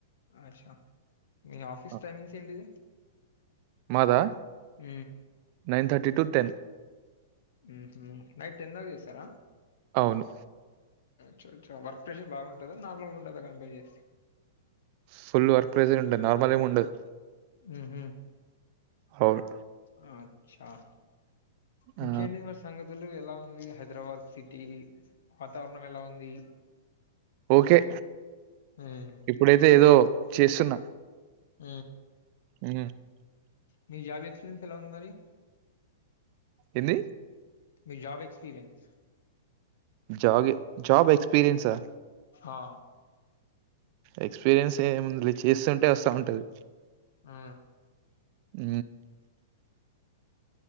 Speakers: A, on the left; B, on the right.
A: అచ్చా మీ ఆఫీస్
B: ఆ.
A: టైమింగ్స్ ఏంటిది
B: మాదా
A: అ
B: నైన్ థర్టీ టు టెన్
A: ఉ హ నైట్ టెన్ దాక చేస్తారా
B: అవును
A: చ చ చ వర్క్ ప్రెషర్ బాగుంటందా నార్మల్ గా ఉంటుందా కంపేర్ చేస్తే
B: ఫుల్ వర్క్ పప్రెషర్ ఉంటది నార్మల్ ఏం ఉండదు
A: ఆహ
B: అవును
A: ఆ చ్చ ఇంకెంటి
B: ఆ,
A: మరి సంగతి ందులు ఎలా ఉంది హైదరాబాద్ సిటీ వాతావరణం ఎలా ఉంది
B: ఓకే
A: హ్మ్.
B: ఇప్పుడైతే ఏదో చేస్తున్నా
A: హ
B: అ
A: మీ జాబ్ ఎక్స్పీరియన్స్ ఎలా ఉంది మరి
B: ఎంది
A: మీ జాబ్ ఎక్స్పీరియన్స్
B: జాబ్ జాబ్ ఎక్స్పీరియన్సా
A: ఆ
B: ఎక్స్పీరియన్స్ ఏ ము చేస్తుంటే వస్తా ఉంటది
A: ఆ
B: అ